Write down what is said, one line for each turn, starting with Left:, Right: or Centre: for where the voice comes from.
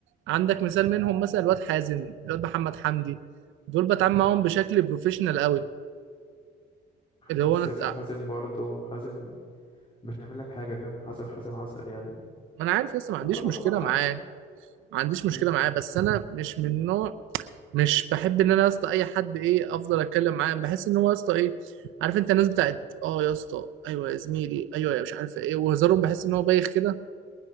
Right: عندك مثال منهم مثلا الواد حازم الواد محمد حمدي دول بتعامل معاهم بشكل بروفيشنال قوي اللي
Left: بس
Right: هو انا
Left: يا
Right: تع-
Left: اسطى حازم برضه حازم مش هيعمل لك حاجه فاهم حازم حازم عسل يعني
Right: ما انا عارف لسه ما عنديش
Left: وبرضه
Right: مشكلة
Left: محمد حمدي
Right: معاه ما عنديش مشكلة
Left: امم
Right: معاه بس انا مش من نوع مش بحب ان انا يا اسطى اي حد ايه افضل اتكلم معاه بحس ان هو يا اسطى ايه عارف انت الناس بتاعت اه يا اسطى ايوه يا زميلي ايوه يا مش عارف ايه وهزارهم بحس ان هو بايخ كده